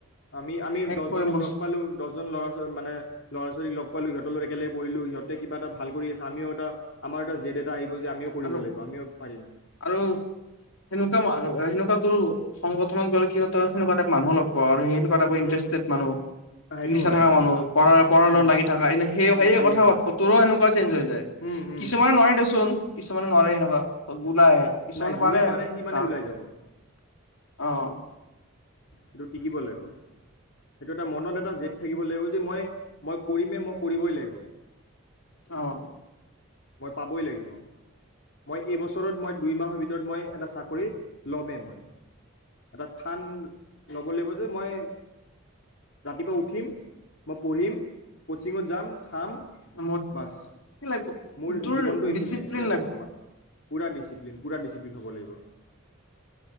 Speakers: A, on the left; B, on the left.
A: আমি, আমি
B: শেষ
A: দহজনক
B: কৰিম বস্তু
A: লগ পালোঁ। দহজন ল'ৰাজ মানে ল'ৰা-ছোৱালীক লগ পালোঁ, সিহঁতৰ লগত এক কেলে পৰিলোঁ, সিহঁতে কিবা এটা ভাল কৰি আছে, আমিও এটা, আমাৰো এটা জেদ এটা আহিব যে আমিও কৰিব
B: আৰু,
A: লাগিব আমিও পাৰিম
B: আৰু সেনেকুৱা মাৰু সেনেকুৱা তো সংগঠনত গ'লে কি হয়, তয়ো সেনেকুৱা টাইপ মানুহ লগ পাওঁ, আৰু সেয়েটো ক টাপ ইণ্টাৰেষ্টেড
A: উম
B: মানুহ,
A: সেইটো
B: নিইচ্ছা
A: হয়
B: থাকা
A: একদম
B: মানুহ, পৰাৰ-পৰৰ
A: উম
B: লগত লাগি থাকা, এনে সেয়ো-সেয়ো
A: লাগি
B: কথা
A: থাকে
B: পাতপ, তোৰো সেনেকুৱা চেঞ্জ হৈ যায়,
A: উম উম
B: কিছুমানৰ নহয় দেচোন। কিছুমানে নোৱাৰে এনেকুৱা। ওলাই আহে কিছুমানে
A: নাই, যোনে পাৰে
B: আৰু
A: সি মানে
B: যাৰ
A: ওলাই যাব।
B: অ'।
A: সেইটো টিকিব লাব, সেইটো এটা মনত এট এটা জেদ থাকিব লাগিব যে মই মই কৰিমেই, মই কৰিবই লাগিব।
B: অ'।
A: মই পাবই লাগিব, মই এইবছৰত মই দুই মাহৰ ভিতৰত মই এটা চাকৰি লমেই মই, এটা থা থান ল'ব লাগিব যে মই ৰাতিপুৱা উঠিম, মই পঢ়িম। কোচিঙত যাম, খাম,
B: মোৰ
A: বাচ।
B: কি লাগিব
A: মোৰ
B: তোৰ
A: জীৱনটো এইখিনিয়ে
B: ডিচিপ্লিন
A: এতিয়া,
B: লাগিব
A: বৰ্তমান। পুৰা ডিচিপ্লিন, পুৰা ডিচিপ্লিন হ'ব লাগিব।